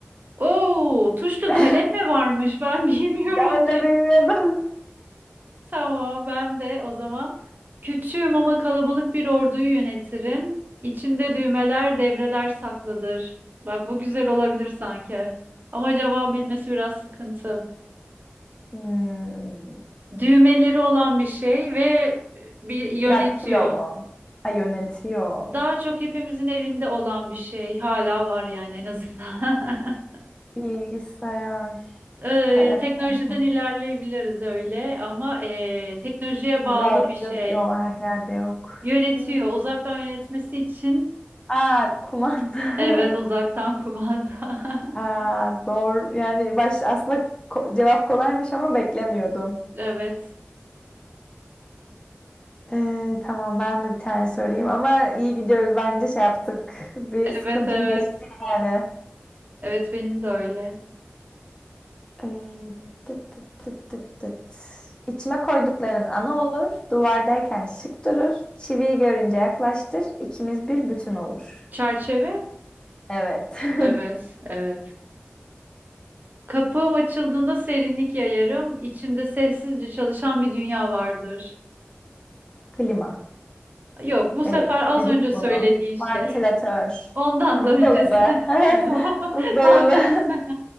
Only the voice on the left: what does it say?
<laughs>
Ben
de bilmiyordum.
Hmm.
Daktilo mu? Ha yönetiyor.
Bilgisayar,
telefon,
radyo
yok her yerde yok.
Hmm.
Aa, kumanda. <laughs>
Aa, zor. Yani baş aslında ko- cevap kolaymış ama beklemiyordum.
Ee, tamam ben de bir tane sorayım ama iyi gidiyoruz bence şey yaptık. Bir sıkıntım
geçti yani.
Ee, tıt tıt tıt tıt tıt. İçime koydukların ana olur, duvardayken şık durur, çiviyi görünce yaklaştır, ikimiz bir bütün olur.
Evet. <laughs>
Klima.
Evet,
dedik
bunu.
Vantilatör.
Ha, Buzdolabı.
<laughs> Buzdolabı.